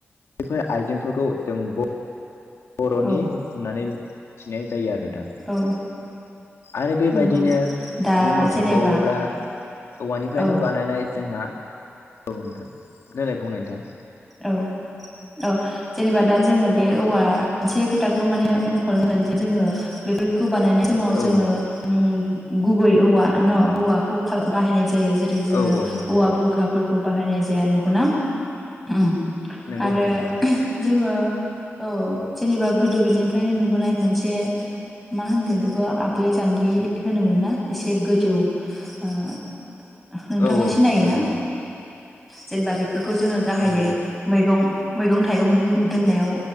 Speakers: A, on the left (about 75°); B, in the centre.
A: बेफोर आइजेंफोरखौ जों ब'- बर'नि
B: औ
A: होननानै मिथिनाय जायो आरो नोंथां
B: औ
A: आरो बेबायदिनो
B: नंगौ दा
A: बुंनो
B: जेनेबा
A: थांबावोब्ला औवानिफ्रायनो
B: औ
A: बानायनाय जोंहा औ नोंथां देलाय बुंनाय नोंथां
B: औ औ जेनेबा दा जोङो बे औवा मोनसे खोथाखौ मानो मख'नो नांगोन जे जोङो बेफोरखौ बानायनाय समाव
A: औ
B: जोङो
A: औ
B: उम गुबै औवा न' औवाखौ खाल बाहायनाय जायो जेरै जोङो
A: औ औ नंगौ नोंथां
B: औवा बुरखाफोरखौ बाहायनाय जाया नंगौना चम
A: नंगौ
B: आरो
A: नंगौ नोंथां
B: जोङो औ जेनेबा गोदो गोदायनिफ्रायनो नुबोनाय मोनसे मा होनगोन बेखौ आबै जांगि होनोमोन ना एसे गोजौ ओ नोंथाङा
A: औ औ
B: सिनायोना
A: नंगौ नंगौ
B: जेनेबा बेफोरखौ जोङो गाहायै
A: औ औ
B: मैगं मैगं थाइगं दोननायाव